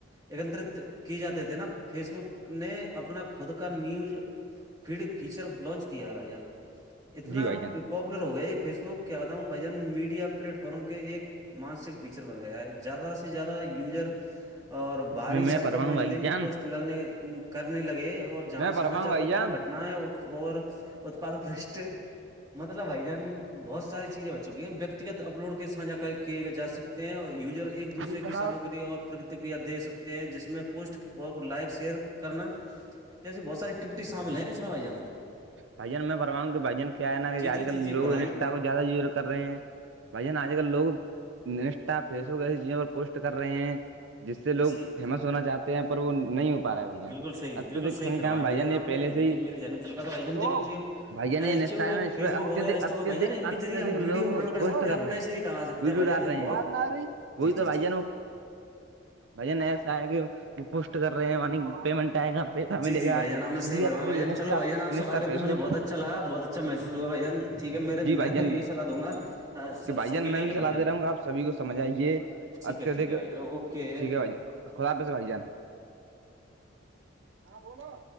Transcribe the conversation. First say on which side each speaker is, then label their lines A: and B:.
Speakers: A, on the right; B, on the right.
A: ایکترت کیے جاتے تھے نا فیس بک نے اپنا خود کا نیوز پھر فیچر لانچ کیا ہے بھائی جان اتنا
B: جی بھائی جان
A: پاپولر ہو گیا یہ فیس بک کیا بتا ہوں بھائی جان میڈیا پلیٹ فارم کے ایک مانسک فیچر بن گیا ہے زیادہ سے زیادہ یوزر اور باہری
B: میں
A: سائٹوں
B: پرواں
A: میں
B: ہوں بھائی
A: لنک
B: جان
A: پوسٹ لگنے کرنے لگے اور جہاں
B: میں پرواں
A: سماچار
B: ہوں بھائی
A: برتمان
B: جان
A: گٹ نہ ہے اور اتپاد بشٹ مطلب بائی جان بہت ساری چیزیں بھ چکی ہیں ویکتیگت اپلوڈ کے ساھا کیے گئے جا سک تو یوزر <unintelligible> ایک دوسرے
B: جی جناب
A: کی سامگری اور پرتکریا دے سکتے ہیں جس میں پوسٹ اور لائک شیئر کرنا جیسیے بہت ساری ٹپٹی شامل ہے اس میں بھائی جان
B: بھ جان میں فرماؤ گ کہ بھائی جان کیا ہے نا کہ
A: جی
B: آج
A: جی
B: کل
A: جی جی
B: لو
A: فرمائیے
B: انشٹا
A: فرمائیے
B: کو زیادہ ج کر رہے ہیں بھائی جانا آج کل لوگ انسٹا فیس بک ایسی چیزوں پر پوسٹ کر رہے ہیں جس سے لوگ
A: جی
B: فیمس ہونا چاہتے ہیں پر وہ نہیں ہو پا رہا ہے بھائی جان
A: بالکل صحیح
B: اتدک
A: بالکل صح
B: سنکھیا
A: فرمایا
B: میں بھائی
A: بائیان
B: جان
A: آپ
B: پہلے
A: نے
B: سے
A: یہی
B: ہی
A: میرے جن ل تھا بائی
B: ہلو
A: جان دیکھ یہ
B: بھیا نے انسٹا ہے نا اس
A: فیس
B: پہ اتدک
A: بک ہو گیا انٹ
B: اتدک
A: ہو بھان کے
B: اتدک
A: ریے ہم ویڈیو
B: لوگ
A: اپ لوڈ کر
B: پوسٹ
A: سکتے ہیں اور
B: رہے
A: پیسے بھی کما سکتے
B: ویڈیو
A: ہیں بھ
B: ڈال رہے ہیں
A: بہت
B: وہی
A: جی
B: تو
A: جی
B: بھائی
A: جی
B: جان وہ بھائی ن ایسا ہے کہ وہ پوسٹ کر رہے ہیں پیمنٹ آئے گا پیسہ
A: جی
B: ملے
A: جی
B: گا
A: بائی جان آ نےحی
B: اس لیے
A: برما
B: اتدک
A: بھائی جان
B: انسٹا
A: چو بھائی جانپ
B: انسٹا
A: سے بات کر
B: پیسوں
A: مجھے
B: کو۔
A: بہت اچھا لا بہت اچھا محسوس ہواھ ٹھیک ہے میرے
B: جی بھائی
A: میں
B: جان
A: تو یہیحلاحوں گا سب
B: کہ بھائی جان
A: کے لیے
B: میں بھی
A: کہ
B: چلا
A: بھائی جان
B: د رہوں گا آپ سبھی کو سمجھائیے
A: ٹھیک
B: اتیہدھک
A: ہے ٹھیک ہے بھائی
B: ٹھیک
A: جان اوکے
B: ہے بھائی خدافظ بھائی جان ہاں بولو آ